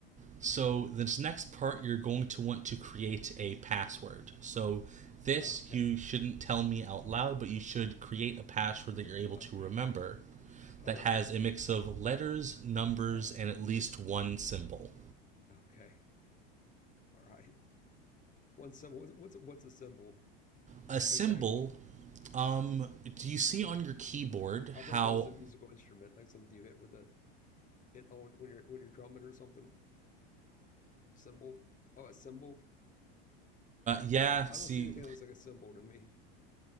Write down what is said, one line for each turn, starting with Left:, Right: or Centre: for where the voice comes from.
Right: So, this next part, you're going to want to create a password. So, this
Left: Okay.
Right: you shouldn't tell me out loud, but you should create a password that you're able
Left: Okay.
Right: to remember
Left: All
Right: that
Left: right.
Right: has a mix of letters, numbers,
Left: All right.
Right: and at least one symbol.
Left: Okay. All right. One symbol. What's what's what's a symbol?
Right: A symbol,
Left: Exactly.
Right: um, do you see on your keyboard
Left: I thought
Right: how.
Left: that was a musical instrument, like something you hit with a it on when you're when you're drumming or something. Symbol. Oh, a symbol.
Right: yeah,
Left: I
Right: see.
Left: don't see anything that looks like a symbol to me.